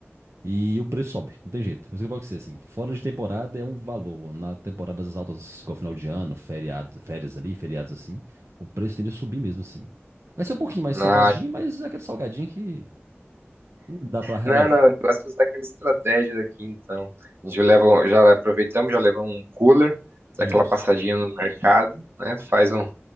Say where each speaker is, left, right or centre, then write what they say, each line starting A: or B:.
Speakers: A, on the right; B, on the right.
A: e o preço sobe, não tem jeito. Mas o que eu falo com você, assim, fora de temporada é um valor. Na temporada das altas, igual final de ano, feriado, férias ali, feriados assim, o preço tende a subir mesmo, assim. Vai ser um pouquinho mais
B: Ah,
A: salgadinho, mas é aquele salgadinho que dá pra relevar.
B: não, não, eu gosto de usar aquela estratégia daqui, então. A gente leva, um- já aproveitamos, já levamos um cooler, dá
A: Isso.
B: aquela passadinha no mercado, né? Faz um